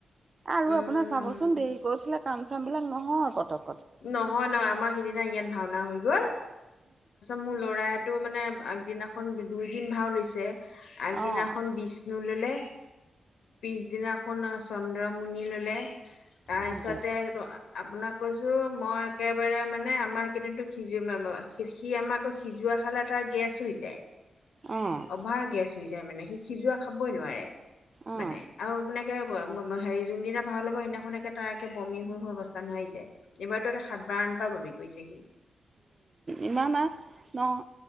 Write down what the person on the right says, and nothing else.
আৰু
আপোনাৰ চাবচোন দেৰি কৰি উঠিলে কাম চামবিলাক নহয় পতক।
অঁ
অঁ দে
অঁ
অঁ
ইমান আৰু ন